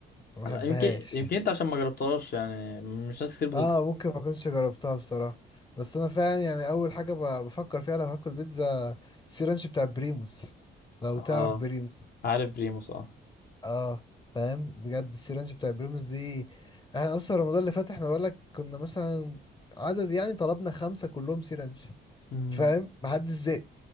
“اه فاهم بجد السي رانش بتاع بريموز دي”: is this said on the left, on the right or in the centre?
Left